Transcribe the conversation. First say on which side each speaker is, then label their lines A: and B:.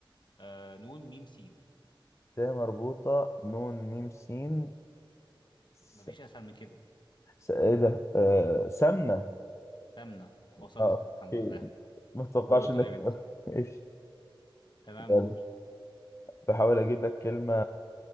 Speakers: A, on the left; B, on the left.
A: آه نون ميم سين
B: تاء مربوطة نون ميم سين سم
A: مفيش أسهل من كده
B: س... ايه ده آه... سمنة
A: تمنا وصلت
B: اه اوكي
A: الحمد لله
B: ما اتوقعش
A: قول طيب
B: انك تقول.
A: أنت
B: <laughs> ايش
A: تمام
B: يلا
A: قول
B: بحاول اجيب لك كلمة